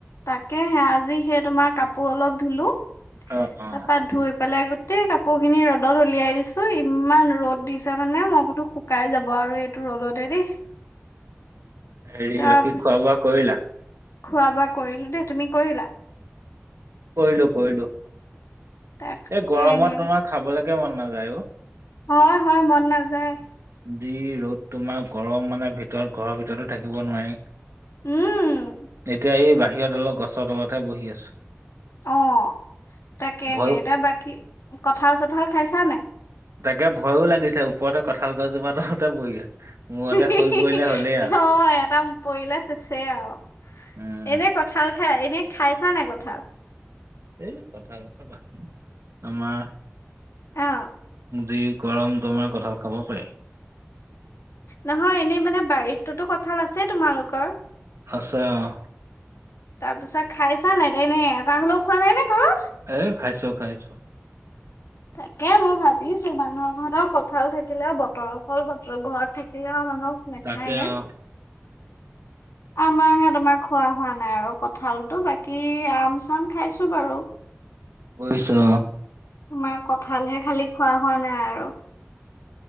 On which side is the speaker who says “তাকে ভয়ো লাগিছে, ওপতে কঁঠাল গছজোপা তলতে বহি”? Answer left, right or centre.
Right